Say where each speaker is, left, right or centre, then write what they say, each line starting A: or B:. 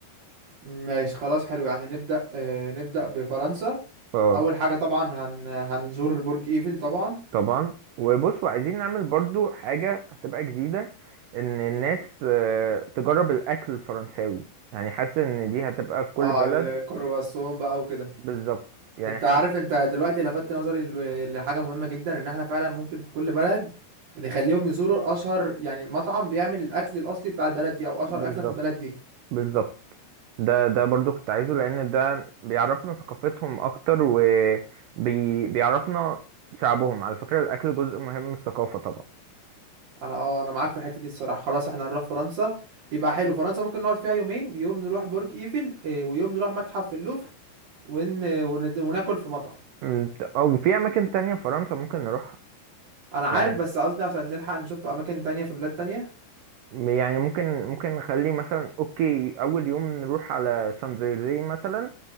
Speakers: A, on the right (about 60°); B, on the right (about 85°).
A: ماشي خلاص حلو يعني نبدا آه، نبدا بفرنسا
B: اه
A: اول حاجه طبعا هن هنزور برج ايفل طبعا
B: طبعا وبصوا عايزين نعمل برضو حاجة هتبقى جديدة ان الناس آه، تجرب الاكل الفرنساوي يعني حاسس ان دي هتبقى في كل
A: اه
B: بلد
A: الكرواسون بقى وكده
B: بالظبط يعني
A: انت
B: احنا
A: عارف انت دلوقتي لفتت نظري ل- لحاجه مهمه جدا ان احنا فعلا ممكن في كل بلد نخليهم يزوروا اشهر يعني مطعم بيعمل الاكل الاصلي بتاع البلد دي او اشهر
B: بالظبط
A: اكله في البلد دي
B: بالظبط ده ده برضو كنت عايزه لان ده بيعرفنا ثقافتهم اكتر وبيعرفنا شعبهم على فكرة الاكل جزء مهم من الثقافة طبعا
A: انا اه انا معاك في الحته دي الصراحه خلاص احنا هنروح فرنسا يبقى حلو فرنسا ممكن نقعد فيها يومين يوم نروح برج ايفل اه، ويوم نروح متحف اللوفر ون... ون... وناكل في مطعم
B: أمم، او في اماكن تانية في فرنسا ممكن نروح
A: انا
B: يعني
A: عارف بس قصدي عشان نلحق نشوف اماكن تانية في بلاد تانية
B: يعني ممكن ممكن نخلي مثلا اوكي اول يوم نروح على شانزليزيه مثلا